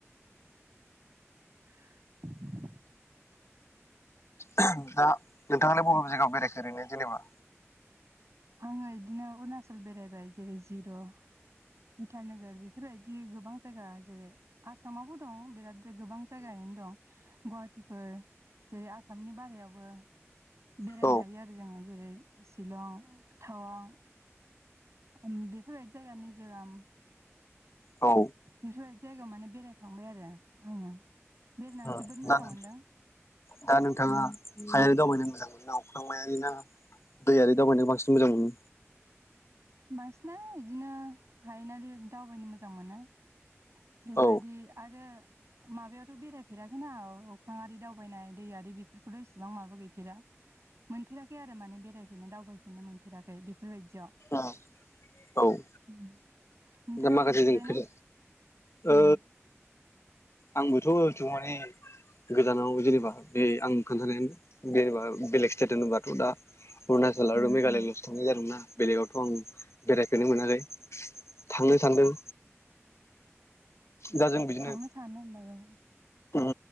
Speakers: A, on the right; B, on the left.
A: <inaudible>
B: दा नोंथाङालाय बबे बबे जायगायाव बेरायखो ओरैनो जेनेबा?
A: आङो इदिनो अरुणाचल बेरायबाय जेरै जिर' इटा नोगोर बेफोरबायदि गोबां जायगा जेरै आसामावबो दं बिराद गोबां जायगायैनो दं गहाटिफोर। जेरै आसामनि बाहेरायावबो बेरायनो
B: औ
A: हायो आरो जोङो जेरै शिलं टावां उम बेफोरबायदि जायगा मिज'राम।
B: औ।
A: बेफोरबायदि जायगायाव माने बेरायखांबाय आरो आङो। बेरायनानै
B: अ
A: जोबोद मोजां
B: दा नों
A: मोनदों
B: दा नोंथाङा हायारि दावबायनो मोजां मोनो ना अख्रांमायारि ना दैआरि दावबायनायाव बांसिन मोजां मोनो?
A: बांसिनानो इदिनो हायेनारि दावबायनो मोजां मोनो। बेफोरबायदि
B: औ
A: आरो माबायावथ' बेरायफेराखैना अख्रांआरि दावबायनाय दैआरि बेफोरखौथ' इसेबां माबा गैफेरा। मोनफेराखै आरो माने बेरायफेरनो दावबायफेरनो मोनफेराखै बेफोरबायदियाव।
B: अ औ।
A: उम नोंथाङा
B: दा माखासे
A: मोनफेरबाय
B: जों खोथा
A: ना
B: ओ
A: उम।
B: आंबोथ' एथबां माने गोजानाव जेनेबा बे आं खोन्थानाय बे बा बेलेग स्थेट होनोबाथ' दा अरुणाचल
A: उम
B: आरो मेघालय
A: उम
B: ल' थांनाय जादोंमोन ना बेलेगावथ' आं बेरायफेरनो मोनाखै थांनो सानदों। दा जों बिदिनो
A: थांनो सानो होमबाबो
B: उम